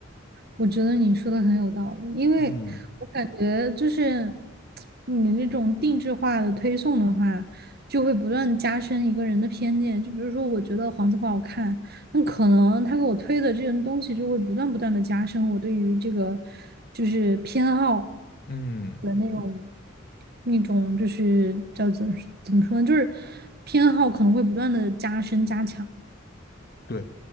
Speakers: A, on the right; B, on the left.
A: 我觉得你说的很有道理，因为我感觉就是
B: 嗯
A: 你那种定制化的推送的话，就会不断加深一个人的偏见。就比如说，我觉得黄色不好看，那可能他给我推的这些东西就会不断不断的加深我对于这个就是偏好
B: 嗯，
A: 的那种。那种就是叫怎怎么说呢，就是偏好可能会不断的加深加强。
B: 对，